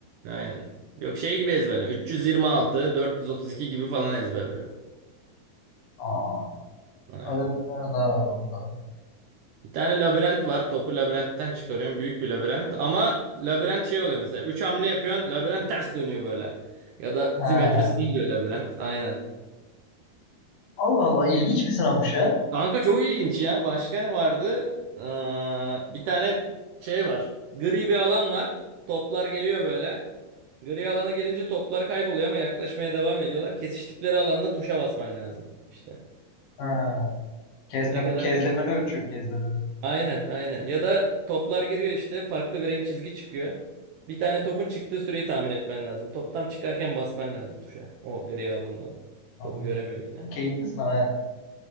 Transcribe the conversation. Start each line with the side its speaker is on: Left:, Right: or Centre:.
Right: Aynen. Yok şey gibi ezberliyorsun. 326, 432 gibi falan ezberliyorsun.
Left: Aa,
Right: Aynen.
Left: öyle, öyle daha rahat olur tabii.
Right: Bir tane labirent var. Topu labirentten çıkarıyorsun. Büyük bir labirent. Ama labirent şey oluyor mesela. 3 hamle yapıyorsun. Labirent ters dönüyor böyle. Ya da
Left: He.
Right: simetrisinden dönüyor labirent. Aynen.
Left: Allah Allah ilginç bir sınavmış ha.
Right: Kanka çok ilginç ya. Başka ne vardı? Ee, bir tane şey var. Gri bir alan var. Toplar geliyor böyle. Gri alana gelince toplar kayboluyor ama yaklaşmaya devam ediyorlar. Kesiştikleri alanda tuşa basman lazım. İşte
Left: He. Kezlem,
Right: ne kadar...
Left: kezlemeni ölçüyor kezlemeni.
Right: Aynen aynen. Ya da toplar giriyor işte farklı bir renk çizgi çıkıyor. Bir tane topun çıktığı süreyi tahmin etmen lazım. Top tam çıkarken basman lazım tuşa. O gri alandan.
Left: Anladım.
Right: Topu göremiyor yine.
Left: Ama Keyifli sınav he.